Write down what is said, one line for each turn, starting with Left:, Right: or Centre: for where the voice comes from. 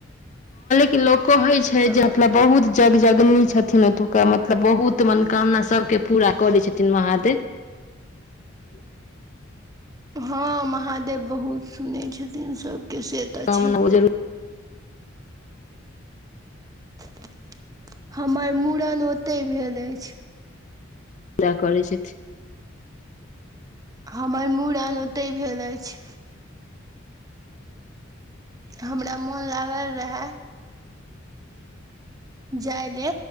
Left: क लोक। <unintelligible> कहै छै
Right: तऽ
Left: जे मतलब बहुत। <unintelligible> जग जगनी छथिन ओतुका मतलब बहुत मनोकामना सभके पूरा करै छथिन महादेव। <unintelligible>
Right: हँ महादेव बहुत सुनै छथिन सब। क से तऽ
Left: कामना
Right: छै।
Left: ओ
Right: <unintelligible>
Left: जरूर
Right: <unintelligible> हमर मूड़न ओतहि भेल अछि।
Left: दा कर छथि। <unintelligible>
Right: हमर मूड़ आन ओतहि भेल अछि। <unintelligible> हमरा मोन लागल रहए। <unintelligible> जाइले